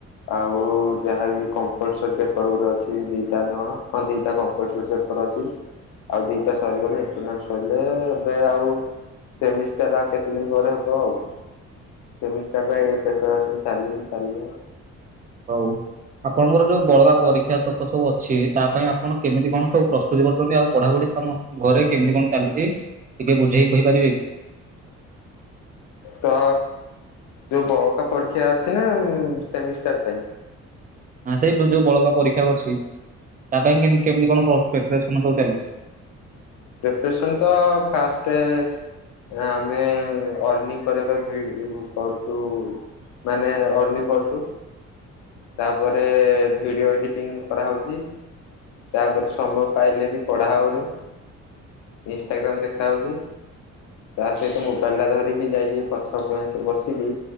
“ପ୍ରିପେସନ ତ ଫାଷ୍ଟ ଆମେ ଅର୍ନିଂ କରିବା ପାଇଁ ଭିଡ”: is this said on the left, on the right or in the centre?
Left